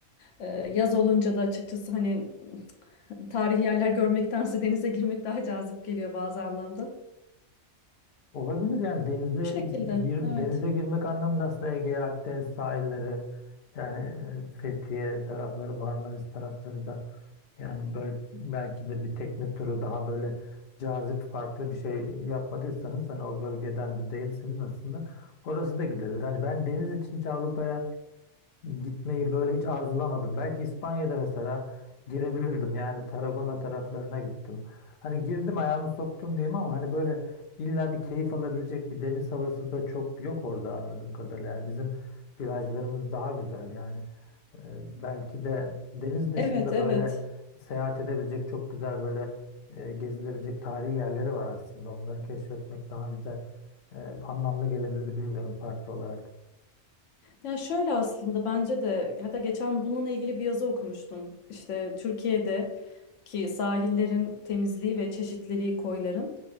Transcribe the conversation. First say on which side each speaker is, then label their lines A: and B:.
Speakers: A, on the left; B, on the left.
A: E, yaz olunca da açıkçası hani tarihi yerler görmektense denize girmek daha cazip geliyor bazı anlamda.
B: Olabilir yani denize
A: Bu şekilde
B: gir-
A: evet.
B: denize girmek anlamında aslında Ege, Akdeniz sahilleri yani e, Fethiye tarafları, Marmaris tarafları da yani böyle belki de bir tekne turu daha böyle cazip farklı bir şey yapmadıysanız hani o bölgeden de değilsiniz aslında orası da gidilebilir. Hani ben deniz için hiç Avrupa'ya Gitmeyi böyle hiç arzulamadım. Belki İspanya'da mesela girebilirdim. Yani Tarragona taraflarına gittim. Hani girdim ayağımı soktum diyeyim ama hani böyle illa bir keyif alabilecek bir deniz havası da çok yok orada anladığım kadarıyla. Yani bizim plajlarımız daha güzel. Yani e, belki de deniz dışında
A: Evet, evet.
B: böyle seyahat edebilecek çok güzel böyle e, gezilebilecek tarihi yerleri var aslında. Onları keşfetmek daha bize e, anlamlı gelebilir bilmiyorum farklı olarak.
A: Ya şöyle aslında bence de hatta geçen bununla ilgili bir yazı okumuştum. İşte Türkiye'deki sahillerin temizliği ve çeşitliliği koyların